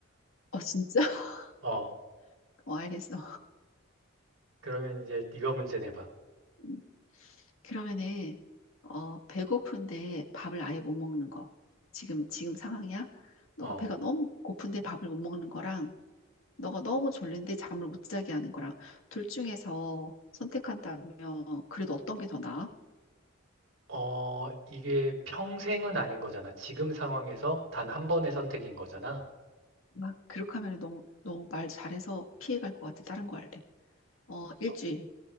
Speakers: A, on the left (about 75°); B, on the right (about 70°).
A: 어 진짜? <laughs>
B: 어,
A: 어 알겠어
B: 그러면 이제 네가 문제 내봐.
A: 음. 그러면은 어 배고픈데 밥을 아예 못 먹는 거 지금 지금 상황이야? 너가
B: 어.
A: 배가 너무 고픈데 밥을 못 먹는 거랑 너가 너무 졸린데 잠을 못 자게 하는 거랑 둘 중에서 선택한다면 그래도 어떤 게 더 나아?
B: 어, 이게 평생은 아닌 거잖아. 지금 상황에서 단 한 번의 선택인 거잖아.
A: 막 그렇게 하면 너무 너무 말 잘해서 피해갈 것 같아. 다른 거 할래. 어 일주일.
B: 어,